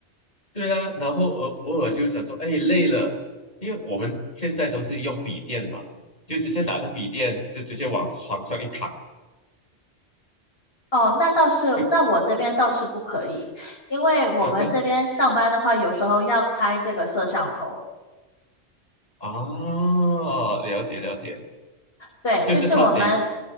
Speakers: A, on the left; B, on the left.
A: 对啊，然后偶偶尔就想说，哎，累了，因为我们现在都是用笔电嘛，就直接拿着笔电就直接往床上一躺，
B: 哦，那倒是，
A: 就
B: 那我这边倒是不可以，因为我们这边上班的话，
A: 那个
B: 有时候要开这个摄像头。
A: 啊，了解了解，
B: 对，
A: 就是他得
B: 就是我们，